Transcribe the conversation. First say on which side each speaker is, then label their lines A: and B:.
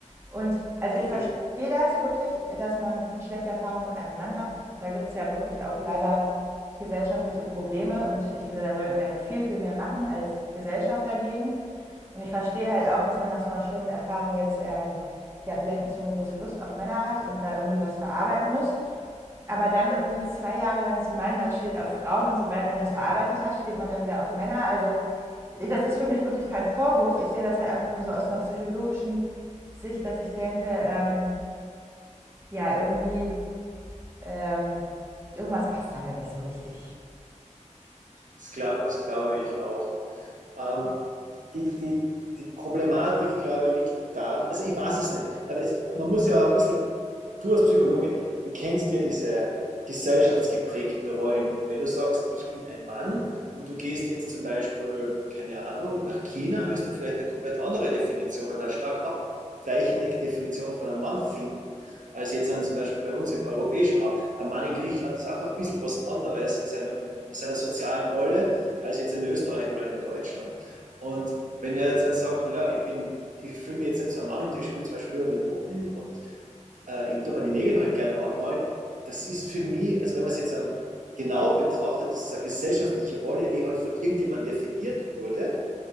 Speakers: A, on the right; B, on the right.
A: Und also ich
B: Okay,
A: verstehe das wirklich, dass man eine schlechte Erfahrung mit einem Mann macht. Da gibt es ja wirklich auch leider gesellschaftliche Probleme und ich finde, da sollten wir halt viel, viel mehr machen als Gesellschaft dagegen. Und ich verstehe halt auch, dass man nach so einer schlimmen Erfahrung jetzt ähm, ja vielleicht nicht so eine große Lust auf Männer hat und da irgendwie was verarbeiten muss. Aber dann irgendwie zwei Jahre lang zu meinen, man steht auf Frauen und sobald man das verarbeitet hat, steht man dann wieder auf Männer. Also das ist für mich wirklich kein Vorwurf. Ich sehe das halt einfach nur so aus einer psychologischen Sicht, dass ich denke, ähm, ja, irgendwie, ähm, irgendwas passt da halt nicht so richtig.
B: das, glaub, das glaube ich auch. Ähm, die, die, die Problematik, glaube ich, liegt da, also ich weiß es nicht, aber es, man muss ja ein bisschen du als Psychologe, du kennst ja diese gesellschaftsgeprägten Rollen. Und wenn du sagst, ich bin ein Mann und du gehst jetzt zum Beispiel, keine Ahnung, nach China, wirst du vielleicht eine komplett andere Definition oder eine stark abweichende Definition von einem Mann finden, als jetzt dann zum Beispiel bei uns im europäischen Raum. Ein Mann in Griechenland ist auch ein bisschen was anderes in, seinem, in seiner sozialen Rolle als jetzt in Österreich oder in Deutschland. Und wenn er jetzt dann sagt, naja, ich bin ich fühle mich jetzt nicht so ein Mann und ich spiele zum Beispiel lieber mit Puppen und äh, ich tue mir die Nägel halt gerne anmalen, das ist für mich, also wenn man es jetzt dann genau betrachtet, das ist eine gesellschaftliche Rolle, die halt von irgendjemandem definiert wurde